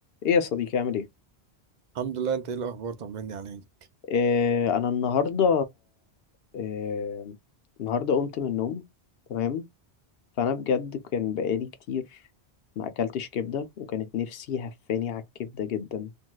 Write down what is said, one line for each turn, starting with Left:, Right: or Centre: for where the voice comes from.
Left: ايه يا صديقي عامل ايه
Right: الحمد لله انت ايه الاخبار طمني عليك
Left: آه انا النهارده آه النهارده قمت من النوم تمام فانا بجد كان بقالي كتير ما اكلتش كبده وكانت نفسي هفاني على الكبده جدا